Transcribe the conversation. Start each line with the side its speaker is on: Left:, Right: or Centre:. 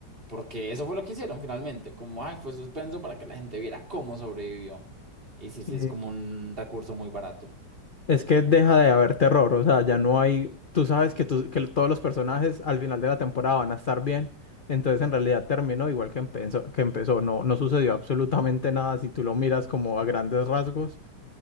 Right: Porque eso fue lo que hicieron finalmente, como, ay, fue suspenso para que la gente viera cómo sobrevivió. Y sí,
Left: sí
Right: sí, es como un recurso muy barato.
Left: Es que deja de haber terror, o sea, ya no hay, tú sabes que, tú- que todos los personajes al final de la temporada van a estar bien, entonces en realidad terminó igual que empezó, que empezó, no, no sucedió absolutamente nada, si tú lo miras como a grandes rasgos,